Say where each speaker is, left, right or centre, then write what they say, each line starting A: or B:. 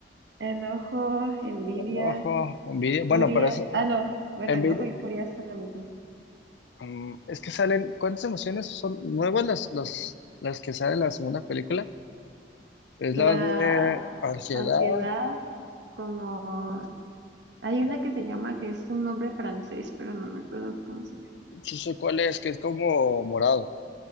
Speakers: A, on the right; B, on the left.
A: Enojo, envidia,
B: enojo, envidia? Bueno,
A: furia,
B: pero es
A: ah, no, bueno,
B: envidia.
A: enojo y furia son lo mismo.
B: mm, es que salen, ¿cuántas emociones son nuevas las, las, las que salen en la segunda película? Es la
A: La
B: de ansiedad,
A: ansiedad, como, hay
B: No,
A: una que se llama, que es un nombre francés, pero no me acuerdo cómo se llama.
B: sí sé cuál es, que es como morado.